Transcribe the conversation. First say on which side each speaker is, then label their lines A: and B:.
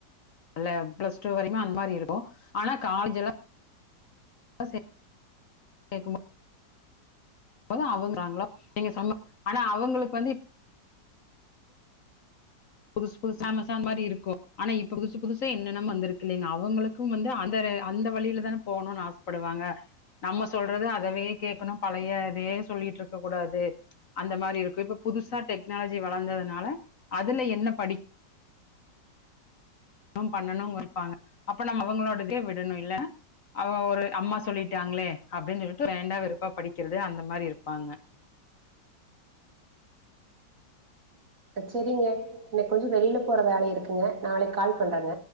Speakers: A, on the left; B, on the right.
A: ல்ல ப்ளஸ் டூ வரைக்குமே அந மாரி இருக்கு ஆனா காஜல்லா அசெ கேக்குமோ பதா அவங்றாங்களா நீங்க சொன்ன ஆனா அவங்களுக்கு வந்திப் புதுஸ் புதுஸ் அமேசான் மாரி இருக்கு ஆனா இப் புதுசு புதுசே என்னென்னம் வந்திருக் இல்லைங்க அவுங்களுக் ஹும் வந்து அந்தரு அந்த வழியில தான போணுன் ஆஸ்ப்படுவாங்க நம்ம சொல்றது அதவே கேக்கணு பழைய இதே சொல்லிட்ருக்கக்கூடாது அந்த மாரி இருக்கு இப்ப புதுசா டெக்னாலஜி வளந்ததுனால அதெல்ல என்ன படி உம் பண்ணணு இருப்பாங்க அப்ப நம்ம அவுங்களோட இதே விடணு இல்ல அவ ஒரு அம்மா சொல்லிட்டாங்ளே அப்டின்னு விட்டு வேண்டா வெறுப்பா படிக்கிறது அந்த மாரி இருப்பாங்க
B: அ ச்சரிங்க இன்னைக் கொஞ்சோ வெளில போற வேல இருக்குங்க நாளைக் கால் பண்றங்க